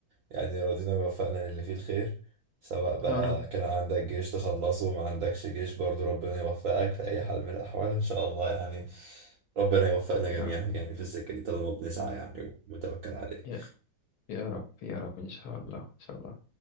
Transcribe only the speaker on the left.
يا رب
يا رب
يا يا رب يا رب إن شاء الله إن شاء الله